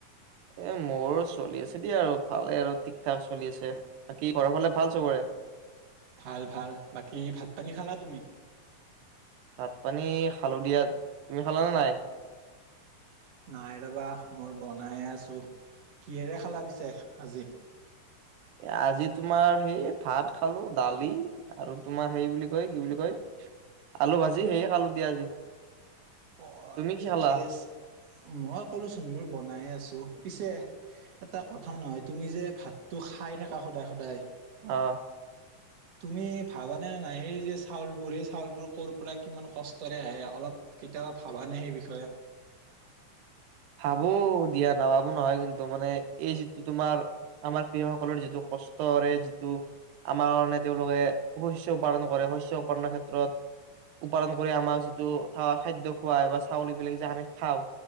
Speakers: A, on the right (about 90°); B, on the right (about 60°).
A: এ মোৰ চলি আছে দিয়া আৰু ভালে আৰু ঠিক ঠাক চলি আছে বাকী ঘৰৰ ফালে ভাল চবৰে
B: ভাল ভাল বাকী ভাত পানী খালা তুমি
A: ভাত পানী খালোঁ দিয়া তুমি খালানে নাই
B: নাই ৰবা মোৰ বনাই আছো কিহেৰে খালা পিছে আজি
A: আজি তোমাৰ সেই ভাত খালো দালি আৰু তোমাৰ সেই বুলি কয় কি বুলি কয় আলু ভাজি সেয়ে আলু দিয়া আজি
B: অ
A: তুমি কি
B: ঠিকে
A: খালা
B: আছে মই ক'লোচোন মোৰ বনাই আছো পিছে এটা কথা নহয় তুমি যে ভাতটো খাই থাকা সদায় সদায়
A: অ
B: তুমি ভাবানে নাই সেই যে চাউলবোৰ সেই চাউলবোৰ ক'ৰ পৰা কিমান কষ্টৰে আহে অলপ কেতিয়াবা ভাবানে সেই বিষয়ে
A: ভাবো দিয়া নাভাবো নহয় কিন্তু মানে এই যিটো তোমাৰ আমাৰ কৃষকসকলৰ যিটো কষ্টৰে যিটো আমাৰ কাৰণে তেওঁলোকে শস্য উৎপাদন কৰে শস্য উৎপাদনৰ ক্ষেত্ৰত উৎপাদন কৰি আমাক যিটো খাদ্য খোৱা হয় বা চাউল এইবিলাক যে আমি খাওঁ